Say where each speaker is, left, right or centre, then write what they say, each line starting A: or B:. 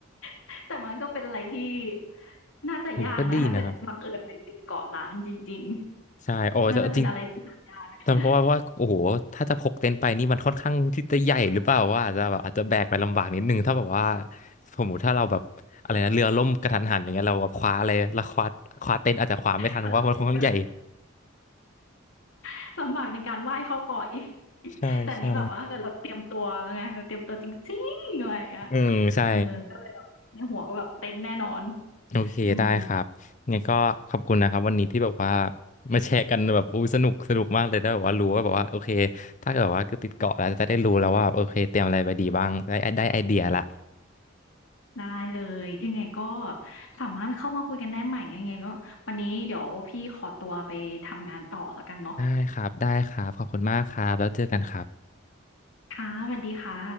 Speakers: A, on the left; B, on the left.
A: <laughs> แต่มันก็เป็นอะไรที่น่าจะยากนะถ้าเกิดบังเอิญไปติดเกาะล้างจริง
B: ผมก็ดีนะครับใช่โอ้แต่จริง
A: ๆน่าจะเป็นอะไรที่หายาก
B: แต่เพราะว่าเพราะว่าโอ้โหถ้าจะพกเต็นท์ไปนี่มันค่อนข้างที่จะใหญ่หรือเปล่าว่าอาจจะแบบอาจจะแบกไปลำบากนิดนึงถ้าแบบว่าสมมติถ้าเราแบบอะไรนะเรือล่มกระทันหันอย่างเงี้ยเราแบบคว้าอะไรแล้วคว้าคว้าเต็นท์อาจจะคว้าไม่ทันเพราะว่ามันค่อนข้างใหญ่
A: แต่เต็นท์มันก็ <laughs> ลำบากในการไหว้เข้าก่ออีก <laughs>
B: ใช่ใช่
A: แต่อันนี้แบบว่าถ้าเกิดเราเตรียมตัวแล้วไงแบบเตรียมตัวจริงๆอะไรอย่างเงี้ย
B: อืมใช่
A: เออก็เลยแบบในหัวก็แบบเต้นแน่นอน
B: โอเคได้ครับไงก็ขอบคุณนะครับวันนี้ที่แบบว่า
A: อืม
B: มาแชร์กันแบบอู้สนุกสนุกมากเลยได้แบบว่ารู้ว่าแบบว่าโอเคถ้าเกิดว่าคือติดเกาะแล้วจะได้รู้แล้วว่าแบบโอเคเตรียมอะไรไปดีบ้างได้ได้ไอเดียละ
A: ได้เลยยังไงก็สามารถเข้ามาคุยกันได้ใหม่ยังไงก็วันนี้เดี๋ยวพี่ขอตัวไปทำงานต่อแล้วกันเนาะ
B: ได้ครับได้ครับขอบคุณมากครับแล้วเจอกันครับ
A: ค่ะสวัสดีค่ะ